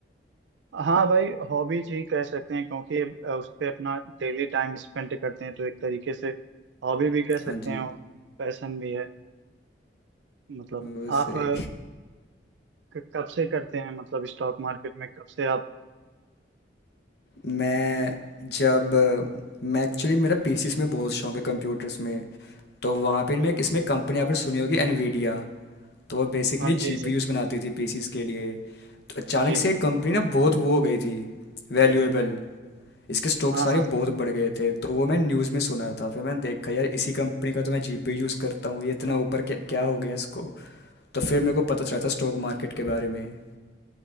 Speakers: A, on the right; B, on the left.
A: हाँ भाई हॉबीज ही कह सकते हैं क्योंकि अ, उस पे अपना डेली टाइम स्पेंड करते हैं तो एक तरीके से हॉबी भी कह सकते
B: हाँ जी
A: हैं और पैशन भी है मतलब
B: वो
A: आप
B: सही
A: अ, क- कब से करते हैं मतलब स्टॉक मार्केट में कब से आप
B: मैं जब मैं एक्चुअली मेरा पीसीस में बहुत शौक है कंप्यूटर्स में तो वहाँ पे मैं इसमें कंपनी आपने सुनी होगी एनवीडिया तो वो बेसिकली
A: हाँ जी
B: जीपीयूस
A: जी
B: बनाती थी पीसीस के लिए तो अचानक
A: जी
B: से एक कंपनी ना बहुत वो हो गई थी वैल्यूएबल इसके स्टॉक
A: हाँ
B: सारे
A: हाँ
B: बहुत बढ़ गए थे तो वो मैं न्यूज़ में सुना था फिर मैंने देखा यार इसी कंपनी का तो मैं जीपीयू यूज़ करता हूँ ये इतना ऊपर क्या क्या हो गया इसको तो फिर मेरे को पता चला था स्टॉक मार्केट के बारे में